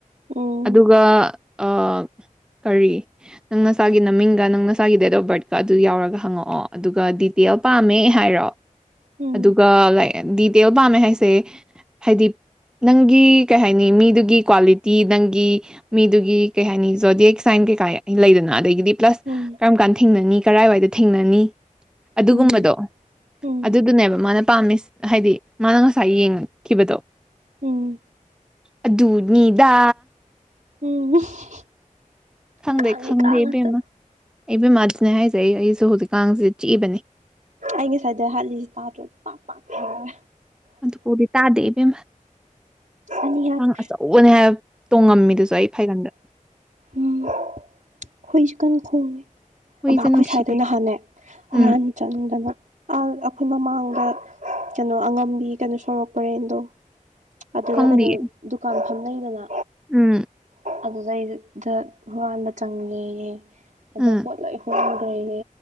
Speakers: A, on the right; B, in the centre.
A: ꯎꯝ
B: ꯑꯗꯨꯒ ꯑꯥ ꯀꯔꯤ ꯅꯪ ꯅꯁꯥꯒꯤ ꯅꯃꯤꯡꯒ ꯅꯪ ꯅꯁꯥꯒꯤ ꯗꯦꯠ ꯑꯣꯐ ꯕꯥꯔꯠꯀ ꯑꯗꯨ ꯌꯥꯎꯔꯒ ꯍꯪꯉꯛꯑꯣ ꯑꯗꯨꯒ ꯗꯤꯇꯦꯜ ꯄꯥꯝꯃꯦ ꯍꯥꯏꯔꯣ
A: ꯎꯝ
B: ꯑꯗꯨꯒ ꯂꯥꯏ ꯗꯤꯇꯦꯜ ꯄꯥꯝꯃꯦ ꯍꯥꯏꯁꯦ ꯍꯥꯏꯗꯤ ꯅꯪꯒꯤ ꯀꯩ ꯍꯥꯏꯅꯤ ꯃꯤꯗꯨꯒꯤ ꯀ꯭ꯋꯥꯂꯤꯇꯤ ꯅꯪꯒꯤ ꯃꯤꯗꯨꯒꯤ ꯀꯩ ꯍꯥꯏꯅꯤ ꯖꯣꯗꯤꯑꯦꯛ ꯁꯥꯏꯟ ꯀꯩꯀꯥ ꯂꯩꯗꯅ ꯑꯗꯒꯤꯗꯤ ꯄ꯭ꯂꯁ
A: ꯎꯝ
B: ꯀꯔꯝ ꯀꯥꯟ ꯊꯦꯡꯅꯅꯤ ꯀꯔꯥꯏꯋꯥꯏꯗ ꯊꯦꯡꯅꯅꯤ ꯑꯗꯨꯒꯨꯝꯕꯗꯣ
A: ꯎꯝ ꯎꯝ
B: ꯑꯗꯨꯗꯨꯅꯦꯕ ꯃꯥꯅ ꯄꯥꯝꯃꯤ ꯍꯥꯏꯗꯤ ꯃꯥꯅ ꯉꯁꯥꯏ ꯌꯦꯡꯈꯤꯕꯗꯣ
A: ꯎꯝ
B: ꯑꯗꯨꯅꯤꯗ
A: ꯎꯝ
B: ꯈꯪꯗꯦ
A: ꯀꯥꯡꯒꯤ
B: ꯈꯪꯗꯦ
A: ꯀꯥꯡ
B: ꯏꯕꯦꯝꯃꯥ
A: ꯉꯥꯛꯇ
B: ꯏꯕꯦꯝꯃꯥ꯫ ꯑꯗꯨꯅꯦ ꯍꯥꯏꯖꯩ ꯑꯩꯁꯨ ꯍꯧꯖꯤꯛꯀꯁꯤ ꯆꯤꯛꯏꯕꯅꯤ
A: ꯑꯩ ꯉꯁꯥꯏꯗ ꯍꯥꯠꯂꯤꯁꯤ ꯇꯥꯗ꯭ꯔ ꯄꯥꯛ ꯄꯥꯛ ꯊꯔꯒꯥ
B: ꯑꯗꯨꯕꯨꯗꯤ ꯇꯥꯗꯦ ꯏꯕꯦꯝꯃ
A: ꯑꯅꯤ ꯌꯥꯠꯈ꯭ꯔꯦ
B: ꯃꯅꯥ ꯑꯆꯧꯕꯥ ꯑꯆꯧꯕꯅꯦ ꯍꯥꯏꯕꯥ ꯇꯣꯡꯉꯝꯃꯤꯗꯨꯁꯨ ꯑꯩ ꯐꯩꯒꯟꯗ
A: ꯎꯝ ꯍꯣꯏꯁꯨ ꯀꯥꯟ ꯈꯣꯡꯉꯦ
B: ꯍꯨꯏꯁꯦ
A: ꯕꯥ ꯑꯩꯈꯣꯏ
B: ꯅꯨꯡꯁꯤꯗꯦ
A: ꯁ꯭ꯋꯥꯏꯗ ꯅꯍꯥꯟꯅꯦ ꯍꯨꯔꯥꯟꯕꯥ
B: ꯎꯝ
A: ꯆꯪꯅꯗꯅ ꯑ ꯑꯩꯈꯣꯏ ꯃꯃꯥꯡꯗ ꯀꯩꯅꯣ ꯑꯉꯝꯕꯤ ꯀꯩꯅꯣ ꯁꯣꯔꯣꯛ ꯄꯥꯔꯦꯡꯗꯣ ꯑꯗꯨꯅ
B: ꯈꯪꯗꯤꯌꯦ
A: ꯀꯩꯅꯣ ꯗꯨꯀꯥꯟ ꯐꯝꯅꯩꯗꯅ
B: ꯎꯝ
A: ꯑꯗꯨꯗꯩꯗꯨꯗ ꯍꯨꯔꯥꯟꯕ ꯆꯪꯂꯦꯌꯦ ꯑꯗꯣ
B: ꯎꯝ
A: ꯄꯣꯠꯂꯣꯏ ꯍꯨꯨꯔꯟ ꯈꯔꯦꯅꯦ